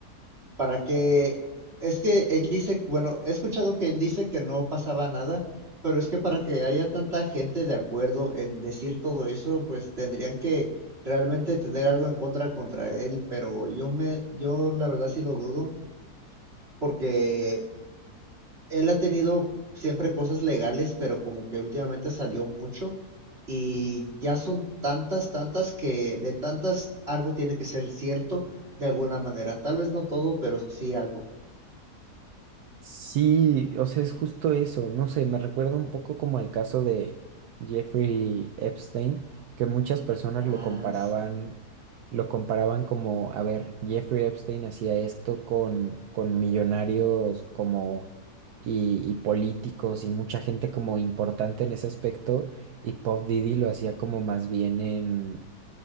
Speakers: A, on the right (about 40°); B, on the right (about 75°).
A: para que, es que él dice, bueno, he escuchado que él dice que no pasaba nada, pero es que para que haya tanta gente de acuerdo en decir todo eso, pues tendrían que realmente tener algo en contra contra él, pero yo me, yo la verdad sí lo dudo, porque él ha tenido siempre cosas legales, pero como que últimamente salió mucho y ya son tantas, tantas que de tantas algo tiene que ser cierto de alguna manera, tal vez no todo, pero sí algo.
B: Sí, o sea, es justo eso. No sé, me recuerda un poco como al caso de Jeffrey Epstein, que muchas personas
A: Ah,
B: lo comparaban,
A: sí.
B: lo comparaban como, a ver, Jeffrey Epstein hacía esto con, con millonarios como y, y políticos y mucha gente como importante en ese aspecto, y Puff Diddy lo hacía como más bien en,